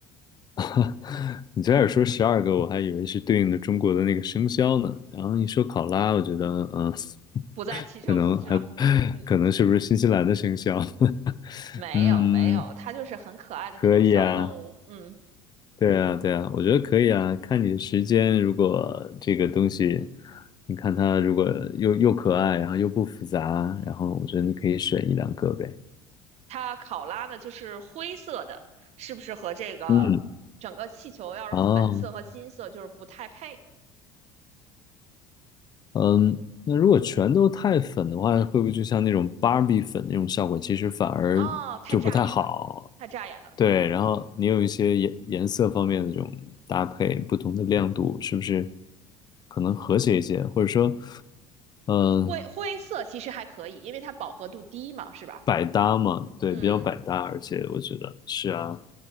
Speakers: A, on the left; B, on the right.
A: <laughs> 你最开始说十二个，我还以为是对应的中国的那个生肖呢。然后一说考拉，我觉得，嗯，
B: 不在其中，
A: 可能还，
B: <laughs> 是吧？嗯，
A: 可能是不是新西兰的生肖？<laughs>
B: 没有没有，
A: 嗯，
B: 它就是很可爱的那种小动物。
A: 可以啊，
B: 嗯，
A: 对啊，对啊，我觉得可以啊。看你的时间，如果这个东西，你看它如果又又可爱，然后又不复杂，然后我觉得你可以选一两个呗。
B: 它考拉呢就是灰色的，是不是和这个整个气球要是粉色和金色就是不太配？
A: 嗯，哦，嗯，那如果全都太粉的话，会不会就像那种芭比粉那种效果，其实反而就不太好？
B: 哦，太扎眼了，太扎眼了。
A: 对，然后你有一些颜颜色方面的这种搭配，不同的亮度，是不是可能和谐一些？或者说，嗯，
B: 灰灰色其实还可以，因为它饱和度低嘛，是吧？
A: 百搭嘛，对，
B: 嗯，
A: 比较百搭，而且我觉得是啊，